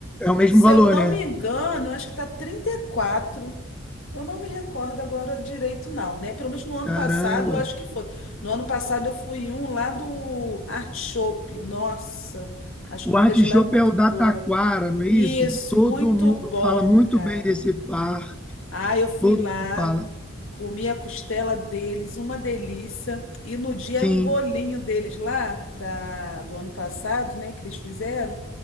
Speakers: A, in the centre; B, on the left (about 70°).
A: É o mesmo
B: Se
A: valor,
B: eu não
A: né?
B: me engano, eu acho que tá trinta e quatro Eu não me recordo agora direito, não, né? Pelo menos no ano
A: Caramba!
B: passado, eu acho que foi. No ano passado, eu fui em um lá do Art Shop. Nossa, as
A: O
B: comidas
A: artichope
B: de lá é muito
A: é o da
B: boa.
A: Taquara, não
B: Isso,
A: é isso? Todo
B: muito
A: mundo
B: bom,
A: fala muito
B: cara.
A: bem desse bar,
B: Ah, eu fui
A: todo
B: lá,
A: mundo fala.
B: comi a costela deles, uma delícia. E no dia
A: Sim.
B: era um bolinho deles lá, da, do ano passado, né, que eles fizeram,